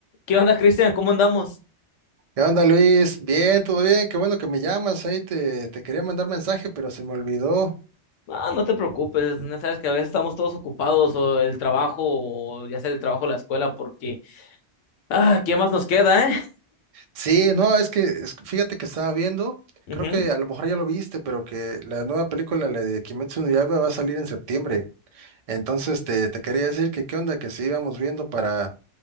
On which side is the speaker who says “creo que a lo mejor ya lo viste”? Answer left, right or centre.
Right